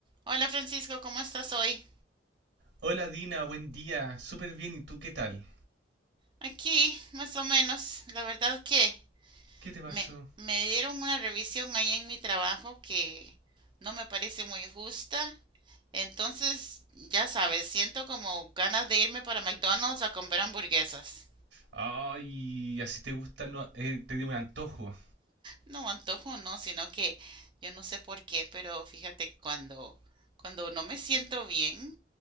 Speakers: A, on the right; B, on the right.
A: Hola Francisco, ¿cómo estás hoy?
B: Hola Dina, buen día. Súper bien, ¿y tú qué tal?
A: Aquí, más o menos. La verdad que
B: ¿Qué te pasó?
A: me, me dieron una revisión ahí en mi trabajo que no me parece muy justa. Entonces, ya sabes, siento como ganas de irme para McDonald's a comer hamburguesas.
B: Ay, así te gustan los... eh, te dio un antojo.
A: No antojo, no, sino que yo no sé por qué, pero fíjate, que cuando, cuando no me siento bien,